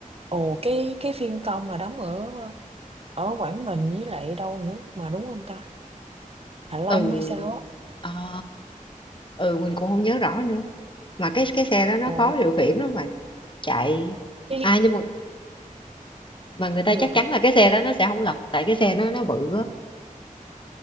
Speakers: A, on the right; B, on the left.
A: ồ cái cái phim công là đóng ở ở Quảng Bình với lại đâu nữa mà đúng không ta Hạ Long
B: Ừ.
A: hay sao á
B: À, ừ mình cũng không nhớ rõ nữa. Mà cái cái xe đó nó
A: ồ
B: khó điều khiển lắm mà chạy.
A: cái
B: À nhưng mà mà người ta
A: người
B: chắc
A: bạn
B: chắn là cái xe đó nó sẽ không lật tại cái xe nó nó bự á.